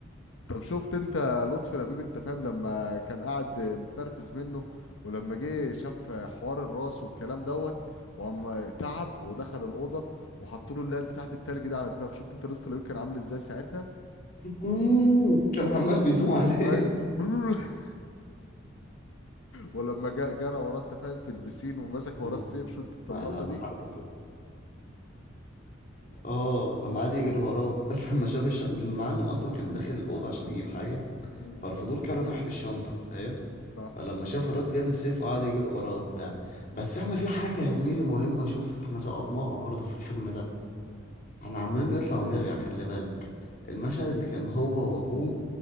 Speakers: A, on the left; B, on the left.
A: طب شفت انت لطفي لبيب انت فاهم لما كان قاعد متنرفز منه ولما جه شاف حوار الراس والكلام دوت وقام تعب ودخل الأوضة وحط له اللات بتاعت التلج دي على دماغه شفت انت لطفي لبيب كان عامل ازاي ساعتها
B: مم. كان عمال بيزوم عليه
A: ايوه <laughs> ولما جاء جرى وراه انت فاهم في البسين ومسك وراه
B: <laughs>
A: السيف شفت انت اللقطة
B: لما
A: دي
B: حبيبته اه لما قعد يجري وراه <laughs> لما شاف الش... المعلم اصلا كان داخل الاوضه عشان يجيب حاجه
A: مم.
B: فالفضول كان من ناحية الشنطة فاهم
A: صح
B: فلما شاف الراس جاب السيف وقعد يجري وراه وبتاع بس احنا في حاجة يا زميلي مهمة شوف احنا سقطناها برضه في الفيلم ده
A: مم.
B: احنا عمالين نطلع ونرجع خلي بالك المشهد اللي كان هو وابوه